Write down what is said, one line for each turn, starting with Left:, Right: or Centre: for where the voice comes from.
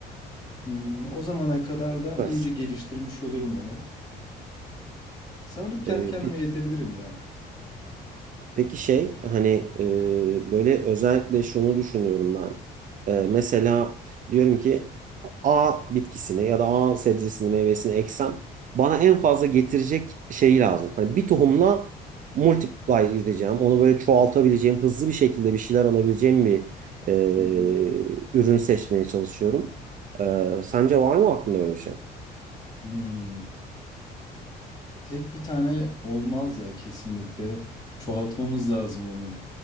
Left: Hmm, o zamana kadar da
Right: Süpersin.
Left: iyice geliştirmiş olurum onu. Sanırım kendi
Right: E,
Left: kendime
Right: peki.
Left: yetebilirim ya.
Right: Peki şey hani e, böyle özellikle şunu düşünüyorum ben. E, mesela diyorum ki A bitkisini ya da A sebzesini meyvesini eksem bana en fazla getirecek şeyi lazım. Hani bir tohumla multiply edeceğim. Onu böyle çoğaltabileceğim, hızlı bir şekilde bir şeyler alabileceğim bir e,
Left: Hı hı.
Right: ürün seçmeye çalışıyorum. E, sence var mı aklında öyle bir şey?
Left: Hmm. Tek bir tane olmaz ya kesinlikle. Çoğaltmamız lazım onu.